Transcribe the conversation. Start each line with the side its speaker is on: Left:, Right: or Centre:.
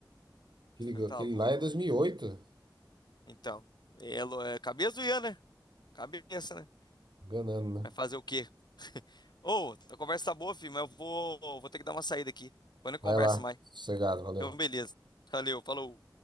Right: Aquele,
Left: falei, tá
Right: aquele
Left: louco?
Right: lá é dois mil e oito
Left: Então, é, lo- é cabeça do Ian, né? Cabeça, né?
Right: Enganando, né?
Left: Vai fazer o quê? <laughs> Ô, a conversa tá boa, filho, mas eu vou, vou ter que dar uma saída aqui. Depois a gente
Right: Vai
Left: conversa
Right: lá,
Left: mais.
Right: sossegado, valeu.
Left: Então, beleza. Valeu, falou.